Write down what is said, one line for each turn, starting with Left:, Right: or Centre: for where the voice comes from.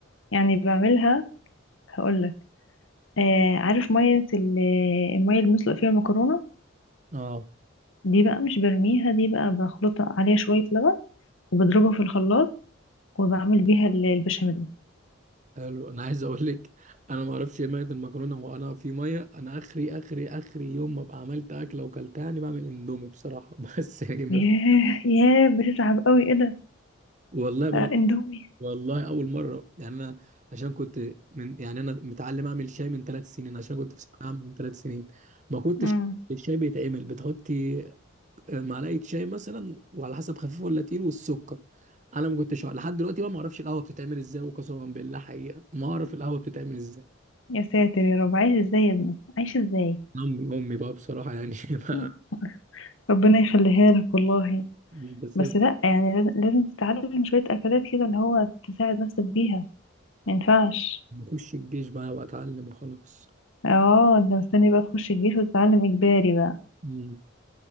Left: يعني بعملها هقولك آه، عارف مية ال- المية اللي بنسلق فيها المكرونة
Right: اه
Left: دي بقى مش برميها دي بقى بخلطها عليها شوية لبن وبضربها في الخلاط وبعمل بيها ال- البشاميل
Right: حلو انا عايز اقول لك انا ما اعرفش ايه ميه المكرونه وانا في ميه انا اخري اخري اخري يوم ما ابقى عملت اكله وكلتها يعني بعمل اندومي بصراحه <laughs> بس يعني ما
Left: ياه
Right: في-
Left: ياه بتتعب قوي ايه ده
Right: والله ما
Left: آه،
Right: بعرف-
Left: اندومي
Right: والله اول مره يعني انا عشان كنت من يعني انا متعلم اعمل شاي من ثلاث سنين عشان كنت في ثانويه عامه من ثلاث سنين ما كنتش
Left: مم.
Right: الشاي بيتعمل بتحطي آه، معلقه شاي مثلا وعلى حسب خفيف ولا تقيل والسكر انا ما كنتش أعرف- لحد دلوقتي بقى ما اعرفش القهوه بتتعمل ازاي وقسما بالله حقيقه ما اعرف القهوه بتتعمل ازاي
Left: يا ساتر يا رب عايش ازاي يا ابني عايش ازاي
Right: امي امي بقى بصراحه يعني <laughs> ما
Left: مم. ربنا يخليها لك والله
Right: مش بسيب
Left: بس لا يعني لازم لازم تتعلم شوية أكلات كده اللي هو تساعد نفسك بيها ما ينفعش
Right: بخش الجيش بقى واتعلم وخلاص
Left: اه انت مستني بقى تخش الجيش وتتعلم إجباري بقى
Right: مم.